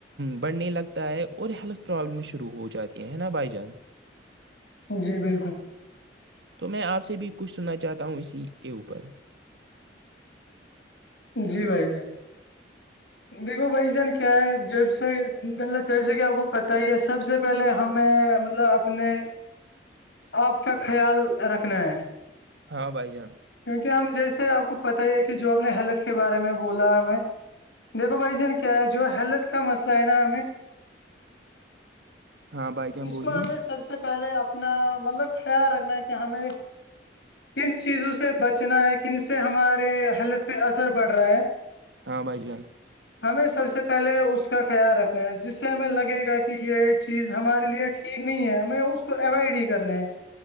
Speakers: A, on the right (about 65°); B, on the left (about 70°).
A: بڑھنے لگتا ہے اور ہیلتھ پرابلم شروع ہو جاتی ہیں نا بائی جان
B: جی بالکل <unintelligible>
A: تو میں آپ سے بھی کچھ سننا چاہتا ہوں اسی کے اوپر
B: جی بھائی جان دیکھو بھائی جان کیا ہے ج سے جیسے کہ آپ کو پتا ہی ہے سب سے س پہلے ہمیں مطلب اپنے آپ کا خیال رکھنا ہے
A: ہاں بھائی جان
B: کیونکہ ہم جیسے آپ کو پت ہی ہے کہ جو آپ نے حلک کے بارے میں بولا ہمیں دیکھو بھائی جین کیا ہے جو ہیلت کا مسئلہ ہے نا ہمیں
A: ہاں بھائی جان
B: اس
A: بولیے
B: کو ہمیں سب سے پہلے اپ <unintelligible> اپنا مطلب خیال رکھنا ہے کہ ہمیں کن چیزوں سے بچنا ہے کن سے ہمارے ہیلتھ پہ اثر پڑ رہا ہے
A: ہاں بھائی جان <unintelligible>
B: ہمیں سب سے پہلے اس کا خیال رکھنا ہے جس سے ہمیں لگے گا کہ یہ چیز ہمارے لیے ٹھیک نہیں ہے ہمیں اس کو اوائڈ ہی کرنا ہے